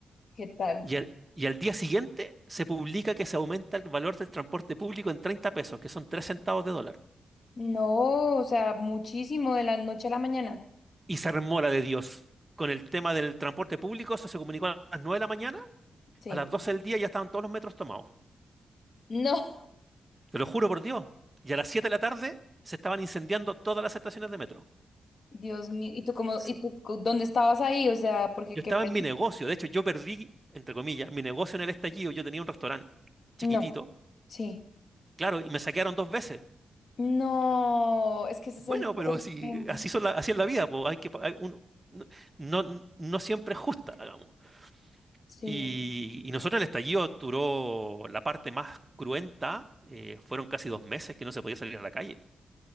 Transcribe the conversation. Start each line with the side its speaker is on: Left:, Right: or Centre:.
Left: ¿Qué tal?
Right: Y al, y al día siguiente se publica que se aumenta el valor del transporte público en 30 pesos, que son 3 centavos de dólar.
Left: No, o sea, muchísimo de la noche a la mañana.
Right: Y se armó la de Dios. Con el tema del transporte público, eso se comunicó a las 9 de la mañana,
Left: Sí.
Right: a las
Left: <laughs>
Right: 12 del día ya estaban todos los metros tomados.
Left: No,
Right: Te lo juro por Dios. Y a las 7 de la tarde se estaban incendiando todas las estaciones de metro.
Left: Dios mío. ¿Y tú cómo,
Right: Sí.
Left: y tú cu- dónde estabas ahí? O sea, porque
Right: Yo
Left: qué
Right: estaba
Left: peli-
Right: en mi negocio, de hecho yo perdí, entre comillas, mi negocio en el estallido, yo tenía un restaurante chiquitito,
Left: No. Sí.
Right: claro, y me saquearon dos veces.
Left: No, es que ese es
Right: Bueno,
Left: el problema.
Right: pero si así son la, así es la vida, pues hay que pa- hay un- no, no- no siempre es justa, digamos.
Left: Sí.
Right: Y, y nosotros el estallido duró la parte más cruenta, eh, fueron casi dos meses que no se podía salir a la calle.